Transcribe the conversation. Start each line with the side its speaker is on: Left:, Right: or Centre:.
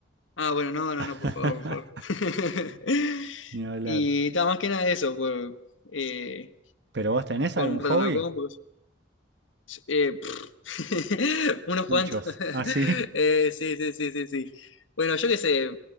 Left: Ah, bueno, no, no,
Right: <laughs>
Left: no, por favor, por favor. <laughs>
Right: Ni hablar.
Left: Y nada, más que nada eso, por, eh,
Right: ¿Pero vos tenés
Left: jugar
Right: algún
Left: un rato
Right: hobby?
Left: en la compu. Sí, Eh, pff, <laughs> unos
Right: Muchos.
Left: cuantos. <laughs>
Right: ¿Ah, sí?
Left: Eh, sí, sí, sí, sí, sí. Bueno, yo qué sé,